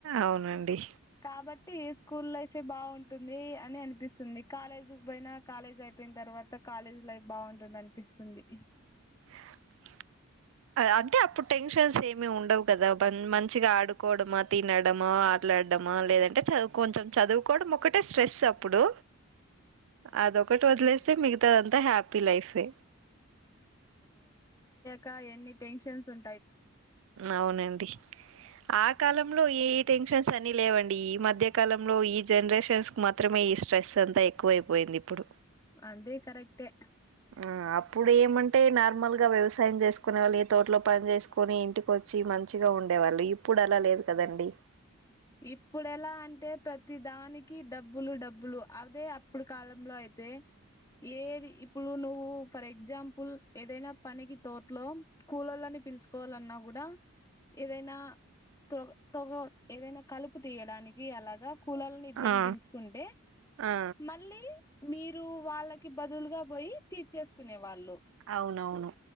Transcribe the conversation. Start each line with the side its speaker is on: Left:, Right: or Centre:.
Right: అవునండి
Left: కాబట్ ట్టి స్కూల్ లైఫ్ ఏ బాగుంటుంది అని అనిపిస్తుంది కాలేజ్ పోయినా కాలేజ్ అయిపోయిన తర్వాత కాలేజ్ లైఫ్ బాగుంటుందనిపిస్తుంది
Right: అ అంటే అప్పుడు టెన్షన్స్ ఏమి ఉండవు కదా బన్ మంచిగా ఆడుకోవడమా తినడం మా ఆట్లాడమా లేదంటే చ కొంచెం చదువుకోవడం ఒకటే స్ట్రెస్ అప్పుడు అదొకటి టు వదిలేస్తే మిగతా అంతా హ్యాపీ లైఫే
Left: కా ఎన్ని టెన్షన్స్ ఉం
Right: అవునండి ఆ కాలంలో ఏ టెన్షన్స్ అని లేవండి ఈ మధ్య కాలంలో ఈ జనరేషన్స్ కు మాత్రమే ఈ స్ట్రెస్ అంతా ఎక్కువ అయిపోయింది దిప్పుడు
Left: అందే కరెక్టే
Right: ఆ అప్పుడు ఏమంటే నార్మల్ గా వ్యవసాయం చేసుకునే వాళ్ళు ఏ తోటలో పని చేస్ కొని ఇంటికొచ్చి మంచిగా ఉండేవాళ్ళు ఇప్పుడు అలా లేదు కదండి
Left: ఇప్పుడు ఎలా అంటే ప్రతి దానికి డబ్బులు డబ్బులు అదే అప్పుడు కాలంలో అయితే ఏది ఇప్పుడు నువ్వు ఫర్ ఎగ్జాంపుల్ ఏదైనా పనికి తోట్లో కూలోలని పె పిలుచుకోవాలన్నా కూడా ఏదైనా త్రోగ తొగొ ఏదైనా కలుపు తీయడానికి జీ అలాగా కూలాలని ఇద్దరిని
Right: ఆ
Left: పిల్చుకుంటే
Right: ఆ
Left: మళ్ళీ మీరు వాళ్ళకి బదులుగా పోయి తీర్చేసుకునే వాళ్ళు
Right: అవునవును